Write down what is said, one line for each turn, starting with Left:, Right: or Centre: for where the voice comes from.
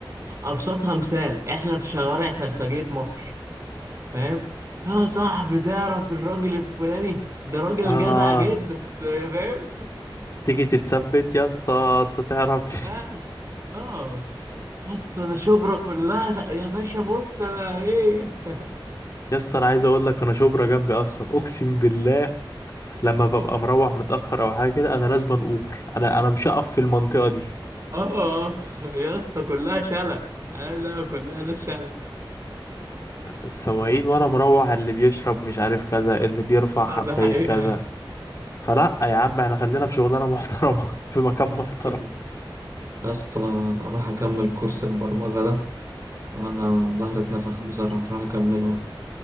Right: ابسطها مثال احنا في شوارع سرسجية مصر فاهم يا صاحبي تعرف الراجل الفلاني ده راجل
Left: آه
Right: جدع جدا ده- فاهم
Left: تيجي تتثبت يا اسطى انت تعرف <laughs>
Right: بس اه يا اسطى انا شبرا كلها ده يا باشا بص انا ايه
Left: يا اسطى انا عايز اقول لك انا شبرا جنبي اصلا اقسم بالله لما ببقى مروح متاخر او حاجه كده انا لازم اوبر انا انا مش هقف في المنطقه دي
Right: اه آه، يا اسطى كلها شلة انا لا كلها ناس شلة
Left: السواقين وانا مروح اللي بيشرب مش عارف كذا اللي بيرفع
Right: اه
Left: حبايه
Right: ده حقيقة
Left: كذا فلا يا عم احنا خلينا في شغلانه محترمه <laughs> في مكان
Right: ربنا
Left: محترم
Right: يعافينا يا اسطى انا اروح اكمل كورس البرمجة ده وانا ظهري اتنفخ بصراحة اروح اكمله